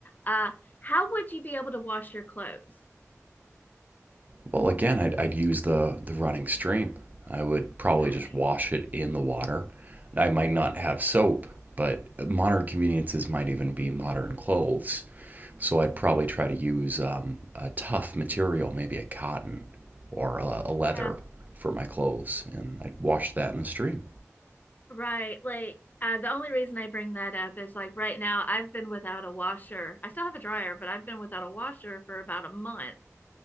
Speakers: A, on the left; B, on the right.
A: Uh, how would you be able to wash your clothes?
B: Well, again, I'd, I'd use the, the running stream. I would probably
A: Right.
B: just wash it in the water. I might not have soap, but modern conveniences might even be modern clothes. So I'd probably try to use um, a tough material, maybe a cotton or a, a leather
A: Yeah,
B: for my clothes, and I'd wash that in the stream.
A: right. Like, uh, the only reason I bring that up is like right now I've been without a washer. I still have a dryer, but I've been without a washer for about a month.